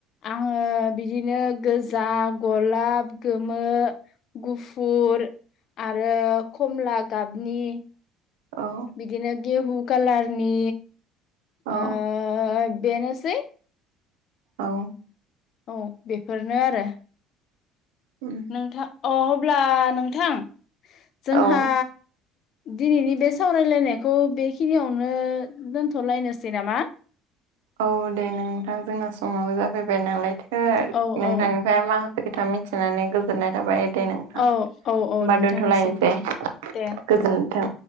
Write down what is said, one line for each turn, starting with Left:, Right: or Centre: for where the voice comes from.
Left: आङो बिदिनो गोजा, गलाब, गोमो, गुफुर आरो खमला गाबनि
Right: औ
Left: बिदिनो गेहु कालारनि
Right: औ
Left: ओ ओ बेनोसै।
Right: औ।
Left: औ बेफोरनो आरो।
Right: उम।
Left: नोंथां अ अब्ला नोंथां जोंहा
Right: औ
Left: दिनैनि बे सावरायलायनायखौ बेखिनियावनो दोनथ'लायनोसै नामा?
Right: औ दे नोंथां जोंना समाबो जाफैबाय नालायथो
Left: औ
Right: नोंथांनिफाय
Left: औ
Right: मा खोथा मिथिनानै गोजोननाय थाबाय। दे नोंथां
Left: औ
Right: होमबा
Left: औ औ नोंथांनिसिमबो
Right: दोनथ'लायनोसै
Left: दे।
Right: गोजोनथों।